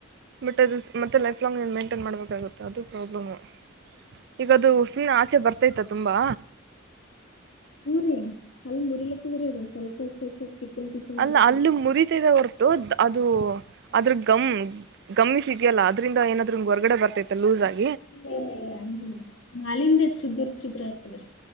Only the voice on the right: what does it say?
ಬಟ್ ಅದು ಮತ್ತೆ ಲೈಫ್ ಲಾಂಗ್ನ್ ನಿನ್ ಮೈಂಟೈನ್ ಮಾಡ್ಬೇಕಾಗುತ್ತೆ ಅದು ಪ್ರಾಬ್ಲಮು. ಈಗ ಅದು ಸುಮ್ನೆ ಆಚೆ ಬರ್ತೈತ ತುಂಬಾ.
ಅಲ್ಲ
ಹಲ್ಲು ಮುರಿತದ <unintelligible> <unintelligible> ಅದು ಅದ್ರ ಗಮ್ ಗುಮ್ಸ್ ಸಿಗ್ಯಲ್ಲ ಅದ್ರಿಂದ ಏನಾದ್ರೂ <unintelligible> ಹೊರ್ಗಡೆ ಬರ್ತೈತ್ತು ಲೂಸ್ <unintelligible>